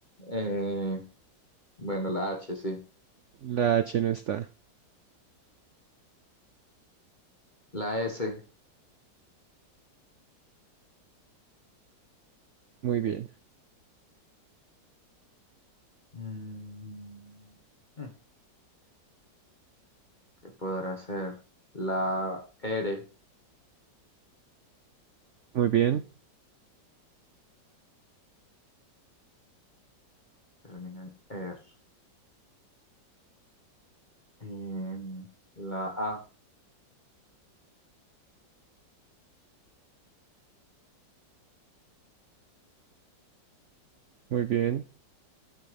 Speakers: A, on the left; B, on the right.
A: Eh, bueno, la H, sí.
B: La H no está.
A: La S.
B: Muy bien,
A: Mm, mm, ¿Qué podrá ser? La R.
B: muy bien,
A: Termina en R. Em, la A.
B: muy bien.